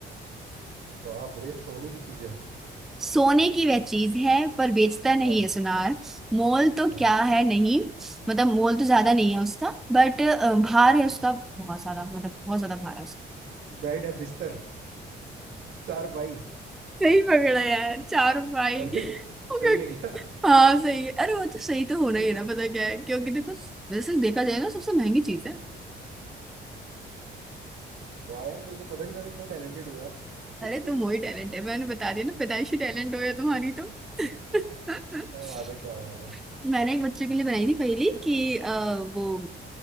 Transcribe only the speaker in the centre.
सोने की वह चीज है पर बेचता नहीं
है सुनार मोल तो
क्या है नहीं मतलब मोल तो ज्यादा नहीं है उसका बट भार है उसका बहुत ज्यादा मतलब बहुत ज्यादा भार है उसका
सही पकड़ा यार चार भाई
ओके
हाँ सही है अरे वो तो सही तो होना ही
है ना पता क्या है क्योंकि देखो वैसे देखा जाए ना सबसे महंगी चीज है
अरे
तुम वही टैलेंट है मैंने बता दिया ना पैदाइशी टैलेंट हो गया तुम्हारी तो <laughs>
मैंने एक बच्चे के लिए बनाई थी पहली कि अ, वो